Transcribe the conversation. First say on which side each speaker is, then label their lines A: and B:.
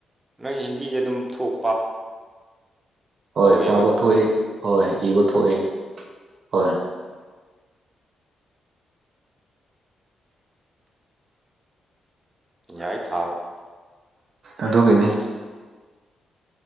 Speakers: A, on the right (about 25°); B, on the right (about 65°).
A: ꯅꯣꯏ ꯍꯤꯟꯗꯤꯁꯦ ꯑꯗꯨꯝ ꯊꯣꯛ
B: ꯍꯣꯏ
A: ꯊꯣꯛꯑꯦꯕ
B: ꯄꯕ ꯊꯣꯛꯏ ꯍꯣꯏ ꯏꯕ ꯊꯣꯛꯑꯦ ꯍꯣꯏ
A: ꯌꯥꯏ ꯊꯥꯕ
B: ꯑꯗꯨꯒꯤꯅꯦ